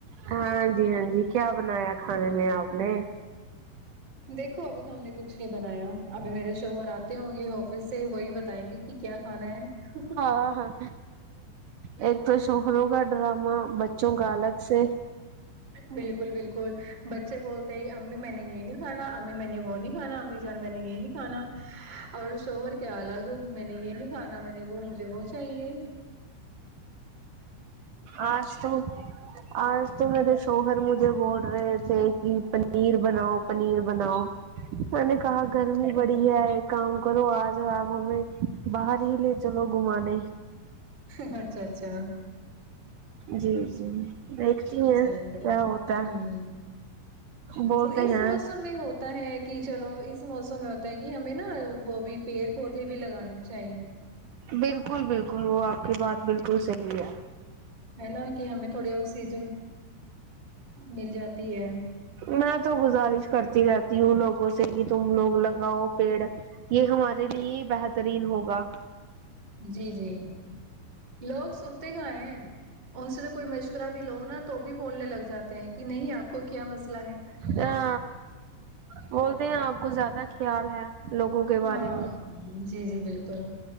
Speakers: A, on the right; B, on the right.
A: ہاں جی ہاں جی کیا بنایا کھانے میں آپ نے
B: دیکھو ابھی تو ہم نے کچھ نہیں بنایا ابھی میرے شوہر آتے ہوں گے آفس سے وہی بتائیں گے کی کیا کھانا ہے
A: ہاں ہاں ایک تو شوہروں کا ڈرامہ بچوں کا الگ سے
B: بالکل بالکل بچے بولتے ہی امی میں نے یے نہیں کھانا امی میں نے وہ نہیں کھا امی جان میں نے یے نہیں کھانا <inaudible> اور شوہر کیا الگ میں نے یے نہیں کھانا میں نے وہ مجھے وہ چاہیے
A: آج تو آج تو میرے شوہر مجھے بول رہے تھے کی پنیر بناؤ پنیر بناؤ میں نے کہا گرمی بڑی ہے ایک کام کرو آج آپ ہمیں باہر ہی لے چلو گھومانے
B: ہاں اچھا اچھا
A: جی جی دیکھتی ہیں
B: سالم پڑے
A: کیا
B: گا
A: ہوتا ہے
B: ہوں
A: بولتے
B: چل اس
A: ہیں
B: موسم میں ہوتا ہے کی چلو اس موسم میں ہوتا ہے کی ہمیں نا ہا وہ بھی پیڑ پودے بھی لگانے چاہیے
A: بالکل بالکل وہ آپ کی بات بالکل صحیح ہے
B: ہے نا کی ہمیں تھوڑی آکسیجن مل جاتی ہے
A: میں تو گزارش کرتی رہتی ہوں لوگوں سے کی تم لوگ لگاؤ پیڑ یے ہمارے لیے ہی بہترین ہوگا
B: جی جی لوگ سنتے کہاں ہیں ان سے تو کوئی مشورہ بھی لو نا تو بھی بولنے لگ جاتے ہیں کی نہیں آپ کو کیا مسلہ ہے
A: آ بولتے ہیں آپ کو زیادہ خیال ہے لوگوں کے بارے
B: ہاں
A: میں
B: جی جی بالکل